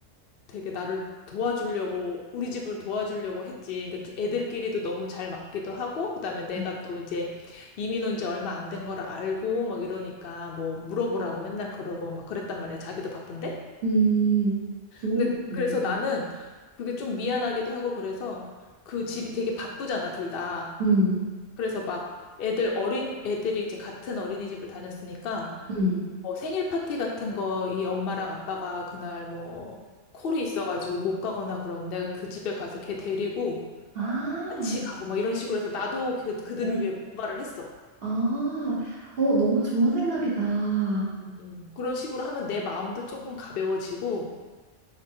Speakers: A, on the left; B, on the right.
A: 되게 나를 도와주려고 우리 집을 도와주려고 했지. 근데 두- 애들끼리도 너무 잘 맞기도 하고 그다음에 내가
B: 음,
A: 또 이제 이민 온지 얼마 안 된 거를 알고 막 이러니까 뭐 물어보라고 맨날 그러고 막 그랬단 말이야. 자기도 바쁜데.
B: 음. 좋은
A: 근데
B: 문제네.
A: 그래서 나는 그게 좀 미안하기도 하고 그래서 그 집이 되게 바쁘잖아, 둘 다.
B: 음,
A: 그래서 막 애들 어린 애들이 이제 같은 어린이집을 다녔으니까
B: 음.
A: 뭐 생일 파티 같은 거 이 엄마랑 아빠가 그날 뭐 콜이 있어가지고 못 가거나 그럼 내가 그 집에 가서 걔 데리고
B: 아,
A: 같이 가고 막 이런 식으로 해서 나도 그, 그들을
B: 어,
A: 위해 뭔가를 했어.
B: 아, 어, 너무 좋은 생각이다.
A: 음, 음. 그런 식으로 하면 내 마음도 조금 가벼워지고